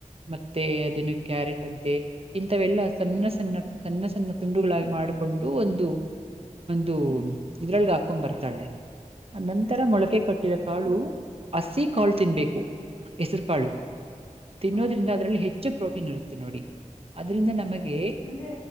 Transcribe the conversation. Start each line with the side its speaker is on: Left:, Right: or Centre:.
Right: ಮತ್ತೆ ಅದೇನು ಕ್ಯಾರೆಟ್ ಅಂತೆ ಇಂಥವೆಲ್ಲಾ ಸಣ್ಣ
Left: ಹ್ಮ್
Right: ಸಣ್ಣ ಸಣ್ಣ ಸಣ್ಣ ತುಂಡುಗಳಾಗಿ ಮಾಡಿಕೊಂಡು ಒಂದು ಒಂದು
Left: ಹ್ಮ್
Right: ಇದ್ರೊಳ್ಗೆ ಹಾಕೊಂಡ್ ಬರ್ತಾಳೆ ನಂತರ
Left: ಹ್ಮ್
Right: ಮೊಳಕೆ ಕಟ್ಟಿರ ಕಾಳು ಹಸಿ ಕಾಳು ತಿನ್ಬೇಕು ಹೆಸರು ಕಾಳು ತಿನ್ನೋದ್ರಿಂದ
Left: ಹ್ಮ್
Right: ಅದ್ರಲ್ಲಿ ಹೆಚ್ಚು ಪ್ರೋಟೀನ್ ಇರುತ್ತೆ ನೋಡಿ ಅದ್ರಿಂದ ನಮಗೆ
Left: ಅಂದ್ರೆ